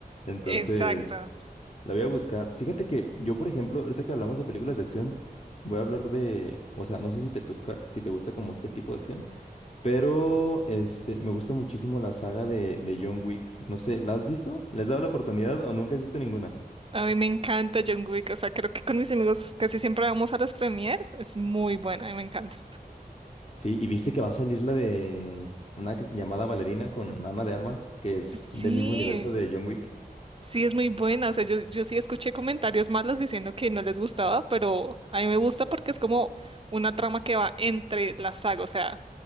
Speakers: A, on the left; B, on the right.
A: Entonces,
B: Exacto.
A: la voy a buscar. Fíjate que yo, por ejemplo, ahorita que hablamos de películas de acción, voy a hablar de, o sea, no sé si te toca, si te gusta como este tipo de acción, pero este, me gusta muchísimo la saga de, de John Wick. No sé, ¿la has visto? ¿Les has dado la oportunidad o nunca has visto ninguna?
B: A mí me encanta John Wick, o sea, creo que con mis amigos casi siempre vamos a las premieres, es muy buena, a mí me encanta.
A: Sí, y viste que va a salir la de una que- llamada Valerina con Ana de Armas, que es
B: Sí,
A: del mismo universo de John Wick.
B: Sí, es muy buena. O sea, yo, yo sí escuché comentarios malos diciendo que no les gustaba, pero a mí me gusta porque es como una trama que va entre la saga. O sea,